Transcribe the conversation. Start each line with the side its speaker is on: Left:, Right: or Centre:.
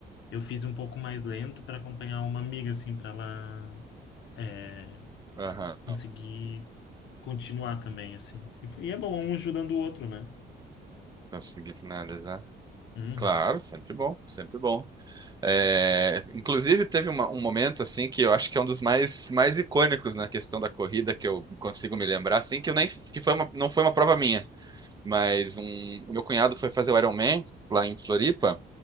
Left: eu fiz um pouco mais lento para acompanhar uma amiga, assim, para ela é,
Right: Aham.
Left: conseguir continuar também, assim. E, foi, e é bom, um ajudando o outro, né?
Right: Consegui finalizar.
Left: Uhum.
Right: Claro, sempre bom, sempre bom. É, inclusive teve uma- um momento assim que eu acho que é um dos mais, mais icônicos na questão da corrida que eu consigo me lembrar, assim que eu nem que foi uma, não foi uma prova minha. Mas um, meu cunhado foi fazer o Iron Man lá em Floripa.